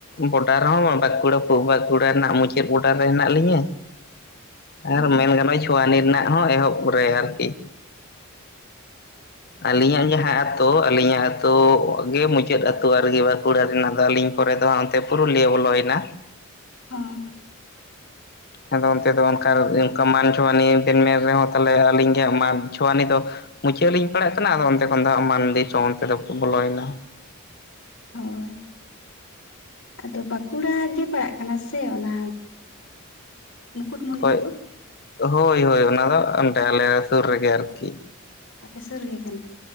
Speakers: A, on the left (about 45°); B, on the left (about 70°).
A: ᱵᱚᱰᱟᱨ ᱦᱚᱸ ᱵᱟᱸᱠᱩᱲᱟ ᱵᱟᱸᱠᱩᱲᱟ ᱨᱮᱱᱟᱜ ᱢᱩᱪᱟᱹᱫ ᱵᱚᱰᱟᱨ ᱨᱮ ᱦᱮᱱᱟᱜ ᱞᱤᱧᱟᱹ
B: ᱚ
A: ᱟᱨ ᱢᱮᱱ ᱜᱟᱱᱚᱜᱼᱟ ᱪᱷᱳᱣᱟᱱᱤ ᱨᱮᱱᱟᱜ ᱦᱚᱸ ᱮᱦᱚᱵ ᱨᱮ ᱟᱨᱠᱤ ᱟᱹᱞᱤᱧᱟᱜ ᱡᱟᱦᱟᱸ ᱟᱛᱳ ᱟᱹᱞᱤᱧᱟᱜ ᱟᱹᱛᱩ ᱜᱮ ᱢᱩᱪᱟᱹᱫ ᱟᱹᱛᱩ ᱟᱨᱜᱮ ᱵᱟᱸᱠᱩᱲᱟ ᱨᱮᱱᱟᱜ ᱫᱚ ᱟᱹᱞᱤᱧ ᱯᱚᱨᱮ ᱫᱚ ᱦᱟᱜ ᱚᱱᱛᱮ ᱯᱩᱨᱩᱞᱤᱭᱟᱹ ᱵᱚᱞᱚᱭᱮᱱᱟ
B: ᱦᱚᱸ
A: ᱟᱫᱚ ᱚᱱᱛᱮ ᱫᱚ ᱚᱱᱠᱟ ᱚᱱᱠᱟ ᱢᱟᱱ ᱪᱷᱳᱣᱟᱱᱤ ᱵᱮᱱ ᱢᱮᱱ ᱨᱮᱦᱚᱸ ᱛᱟᱦᱚᱞᱮ ᱟᱹᱞᱤᱧ ᱜᱮ ᱢᱟᱱ ᱪᱷᱳᱣᱟᱱᱤ ᱫᱚ ᱢᱩᱪᱟᱹᱫ ᱞᱤᱧ ᱯᱟᱲᱟᱜ ᱠᱟᱱᱟ ᱟᱫᱚ ᱚᱱᱛᱮ ᱠᱷᱚᱱ ᱫᱚ ᱦᱟᱸᱜ ᱢᱟᱱ ᱫᱤᱥᱚᱢ ᱚᱱᱛᱮ ᱫᱚ ᱵᱚᱞᱚᱭᱮᱱᱟ
B: ᱦᱳᱭ ᱟᱫᱚ ᱵᱟᱸᱠᱩᱲᱟ ᱜᱮ ᱯᱟᱲᱟᱜ ᱠᱟᱱᱟ ᱥᱮ ᱚᱱᱟ ᱢᱩᱠᱩᱴᱢᱩᱱᱤᱯᱩᱨ
A: ᱠᱷᱚᱡ ᱦᱳᱭ ᱦᱳᱭ ᱚᱱᱟ ᱫᱚ ᱚᱱᱰᱮ ᱟᱞᱮ ᱥᱩᱨ ᱨᱮᱜᱮ ᱟᱨᱠᱤ
B: ᱟᱯᱮ ᱥᱩᱨ ᱨᱮ ᱜᱮ ᱠᱟᱱᱟ